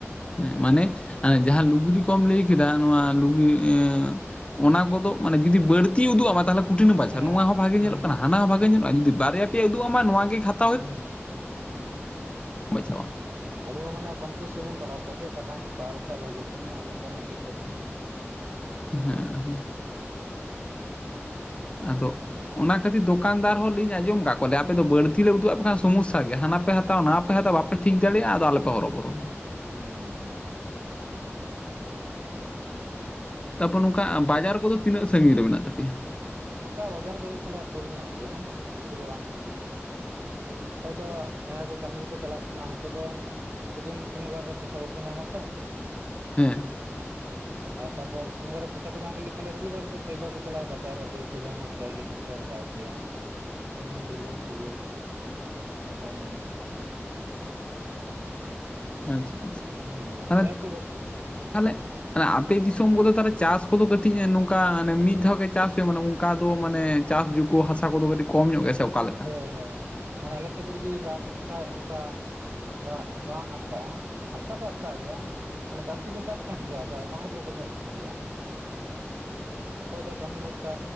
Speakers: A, on the left; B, on the right.
A: ᱦᱮᱸ ᱢᱟᱱᱮ ᱡᱟᱦᱟᱸ ᱞᱩᱜᱽᱲᱤ ᱠᱚᱢ ᱞᱟᱹᱭ
B: ᱦᱩᱸ
A: ᱠᱮᱫᱟ ᱾ᱱᱚᱣᱟ ᱞᱩᱜᱽᱲᱤ ᱮᱸ ᱚᱱᱟ ᱠᱚᱫᱚᱜ ᱢᱟᱱᱮ ᱡᱩᱫᱤ ᱵᱟᱹᱲᱛᱤ, ᱩᱫᱩᱜ ᱟᱢᱟ ᱛᱟᱦᱞᱮ ᱠᱚ ᱯᱷᱩᱴᱤᱱᱤ ᱵᱟᱪᱷᱟ
B: ᱦᱮᱸ
A: ᱱᱚᱣᱟ ᱦᱚᱸ, ᱵᱷᱟᱜᱮ
B: ᱦᱩᱸ
A: ᱧᱮᱞᱚᱜ ᱠᱟᱱᱟ ᱾ ᱦᱟᱱᱟ ᱦᱚᱸ ᱵᱷᱟᱜᱮ ᱧᱮᱞᱚᱜ, ᱡᱩᱫᱤ ᱵᱟᱨᱭᱟ ᱯᱭᱟ ᱩᱫᱩᱜ ᱟᱢᱟ, ᱱᱚᱣᱟ ᱜᱮ ᱠᱷᱟᱛ
B: ᱦᱩᱸ - ᱦᱩᱸ
A: ᱵᱟᱪᱷᱟᱣᱟ
B: ᱟᱫᱚ ᱢᱟᱱᱮ ᱚᱯᱷᱤᱥ ᱨᱮᱵᱚᱱ ᱯᱟᱲᱟᱣ, ᱠᱚᱟᱡ ᱚᱴᱟᱜ ᱤᱧ ᱦᱟᱛᱟᱣ ᱞᱮᱠᱷᱟᱡ ᱵᱷᱽᱟᱜᱤ ᱛᱤᱧᱟ᱾ ᱩᱱᱟᱹ ᱜᱟᱱ ᱫᱮᱡ ᱟᱜᱩ ᱦᱚᱸ
A: ᱦᱮᱸ- ᱦᱮᱸ ᱟᱫᱚ ᱚᱱᱟ ᱠᱷᱟᱹᱛᱤᱨ ᱫᱚᱠᱟᱱᱫᱟᱨ ᱦᱚᱸ ᱞᱤᱧ ᱟᱸᱡᱚᱢ ᱠᱟᱜ ᱠᱚᱣᱟ᱾ ᱞᱮ ᱟᱯᱮ ᱫᱚ ᱵᱟᱹᱲᱛᱤ
B: ᱦᱩᱸ
A: ᱞᱮ ᱩᱫᱩᱜ ᱟ ᱯᱮ ᱠᱷᱟᱱ ᱥᱚ ᱥᱚᱢᱳᱥᱟ ᱜᱮ, ᱦᱟᱱᱟᱯᱮ ᱦᱟᱛᱟᱣᱟ ᱱᱚᱣᱠ ᱯᱮ ᱦᱟᱛᱣᱟ, ᱵᱟᱯᱮ ᱴᱷᱤᱠ ᱫᱟᱲᱮᱭᱟᱜᱼᱟ᱾ ᱟᱫᱚ ᱟᱞᱚ ᱞᱮ ᱦᱚᱨᱚᱵᱚᱨᱚ-ᱟ᱾
B: ᱦᱩᱸ
A: ᱛᱟᱯᱚᱨ ᱱᱚᱝᱠᱟ ᱵᱟᱡᱟᱨ ᱠᱚᱼᱫᱚ ᱛᱤᱱᱟᱹᱜ ᱥᱟᱺᱜᱤᱱ ᱨᱮ ᱢᱮᱱᱟᱜ ᱛᱟᱯᱮᱭᱟ?
B: ᱱᱚᱝᱠᱟ ᱵᱟᱡᱟᱨ ᱠᱚᱼᱫᱚ ᱛᱷᱚᱲᱟ ᱥᱩᱨ ᱧᱚᱜ ᱜᱮᱭᱟ᱾ ᱵᱮᱥᱤ ᱫᱚ ᱵᱟᱝ ᱠᱟᱱᱱᱟ᱾ ᱚᱠᱚᱭ ᱫᱚ ᱡᱟᱦᱟᱸᱭ ᱠᱚ ᱠᱟᱹᱢᱤ ᱠᱚ ᱪᱟᱞᱟᱜ ᱛᱟᱦᱮᱱᱟ ᱾ ᱩᱱᱠᱩ ᱫᱚ ᱡᱮᱫᱤᱱ ᱥᱚᱱᱤᱵᱟᱨ ᱨᱮ ᱯᱚᱭᱥᱟ ᱠᱚᱠᱚ ᱧᱟᱢᱟ ᱛᱚ᱾
A: ᱦᱮᱸ
B: ᱟᱨ ᱛᱯᱚᱨ ᱥᱚᱱᱤᱵᱟᱨ ᱯᱚᱭᱥᱟ ᱠᱚ ᱧᱟᱢ ᱠᱮᱫᱜᱮ, ᱛᱟᱦᱮᱸ ᱨᱚᱵᱤᱵᱟᱨ ᱫᱚ ᱥᱚᱭᱤᱫᱟ ᱠᱚ ᱪᱞᱟᱼᱟ ᱾ᱵᱟᱡᱟᱨ ᱨᱮᱜᱩᱭ ᱦᱠᱩ ᱡᱟᱦᱟᱱᱟᱜ ᱪᱟᱣᱞᱮ ᱠᱚᱼᱠᱚ ᱦᱟᱛᱟᱣ ᱟᱹᱜᱩᱭᱟ᱾ ᱥᱩᱱᱩᱢ ᱵᱩᱞᱩᱝ ᱠᱚ ᱚᱶᱢᱟ ᱡᱤᱱᱤᱥ ᱠᱚ
A: ᱟᱪᱪᱷᱟ - ᱟᱪᱪᱷᱟ
B: ᱦᱩᱸ
A: ᱛᱟᱦᱮ
B: ᱡᱟᱦᱟᱸᱭ ᱠᱚ
A: ᱛᱟᱦᱚᱞᱮ ᱢᱟᱱᱮ ᱟᱯᱮ ᱫᱤᱥᱚᱢ ᱠᱚᱫᱚ ᱛᱟᱦᱚᱞᱮ ᱪᱟᱥ ᱠᱚᱫᱚ ᱠᱟᱹᱴᱤᱡ ᱱᱚᱝᱠᱟ ᱚᱱᱮ ᱢᱤᱫ ᱫᱷᱟᱣ ᱜᱮ ᱪᱟᱥ ᱦᱩᱭᱩᱜᱼᱟ ᱢᱟᱱᱮ ᱚᱱᱠᱟ ᱫᱚ ᱢᱟᱱᱮ ᱪᱟᱥ ᱡᱩ ᱠᱚ ᱦᱟᱥᱟ ᱠᱚᱫᱚ ᱠᱟᱹᱴᱤᱡ ᱠᱚᱢ ᱧᱚᱜ ᱜᱮᱥᱮ ᱚᱠᱟᱞᱮᱠᱟ?
B: ᱦᱳᱭ ᱦᱳᱭ ᱢᱟᱱᱮ ᱟᱞᱮ ᱥᱮᱫ ᱫᱚ ᱡᱩᱫᱤ ᱫᱟᱜ ᱠᱷᱟᱡ ᱚᱱᱠᱟ ᱫᱟᱜ ᱵᱟᱝ ᱟᱴᱠᱟᱜᱼᱟ ᱟᱴᱠᱟᱣ ᱫᱚ ᱟᱴᱠᱟᱜ ᱜᱮᱭᱟ᱾ ᱢᱟᱱᱮ ᱪᱟᱥ ᱫᱚᱠᱚ ᱪᱟᱥ ᱛᱟᱦᱮᱱ ᱜᱮᱭᱟ ᱟᱫᱚ ᱟᱭᱢᱟ ᱦᱚᱲ ᱫᱚ ᱵᱟᱠᱚ ᱪᱟᱥ ᱛᱟᱦᱮᱱ ᱜᱮᱭᱟ᱾ ᱚᱠᱚᱭ ᱫᱚ ᱠᱟᱹᱢᱤ ᱵᱷᱚᱨᱥᱟ